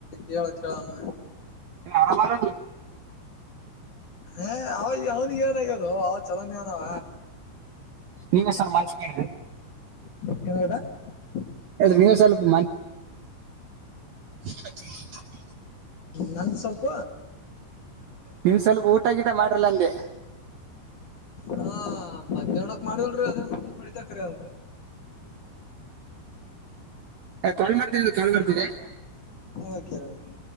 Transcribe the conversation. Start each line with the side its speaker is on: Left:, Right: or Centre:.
Left: ಕೇಳ ಕೇಳಮ್ಮ
Right: ಆರಾಮ ದ
Left: ಹ ಅವ ಅವ್ನಿಗೆ ಏನ ಆಗ್ಯೋದು ಅವ ಚಲನನವ
Right: ನೀವಸರ್ ಮನ್ಸ ಮಾಡ
Left: <unintelligible>
Right: ನೀವು ಸ್ವಲ್ಪ <unintelligible>
Left: ನಂಗ ಸ್ವಲ್ಪ
Right: ನೀವ್ ಸ್ವಲ್ಪ ಊಟ ಗಿಟ ಮಾಡ್ರಲ್ಲ ಅಂದೆ
Left: ಹಾ ಮಧ್ಯಾಹ್ನಕ್ ಮಾಡಲ್ರಿ ಅದೇ <unintelligible>
Right: ಕಾಲ್ ಮಾಡ್ತನಿ ಅದು ಕಾಲ್ ಮಾಡ್ತೀರಿ
Left: ಓಕೆ ರ ಓಕೆ